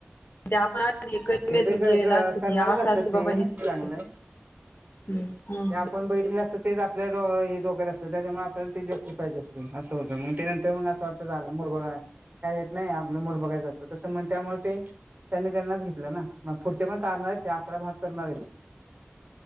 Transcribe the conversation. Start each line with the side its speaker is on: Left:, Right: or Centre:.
Left: ते आपल इमेजिन
Right: ते तर
Left: केलेलं असतं
Right: करणारच
Left: की असं
Right: असतात
Left: असं बाबा
Right: ते
Left: हिच व्यक्ती
Right: चांगलं
Left: आहे हम्म
Right: ते आपण बघितलेल असत तेच आपल्या डो हे डोक्यात असत त्याच्यामुळं आपल्याला तिच व्यक्ती पाहिजे असते असं होतं मग ते नंतर मग असं झाल मूड बघाय काय येत नाही आपलं मुड बघाय असत तस म्हण त्यामुळे ते त्यांनी त्यांनाच घे आपल्या ना मग पुढचे पण काढणार आहेत ते अकरा भाग करणार आहेत